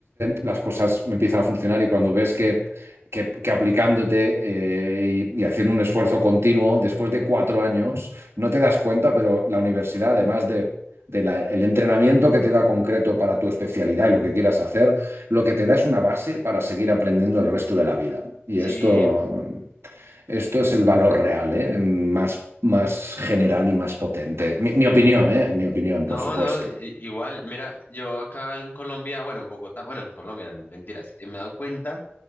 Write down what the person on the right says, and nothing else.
las cosas empiezan a funcionar y cuando ves que, que, que aplicándote eh, y, y haciendo un esfuerzo continuo, después de cuatro años, no te das cuenta, pero la universidad, además de... del entrenamiento que te da concreto para tu especialidad y lo que quieras hacer, lo que te da es una base para seguir aprendiendo el resto de la vida. Y
esto, esto es el valor real, ¿eh? Más, más general y más potente. Mi, mi opinión, ¿eh? Mi opinión,
por supuesto.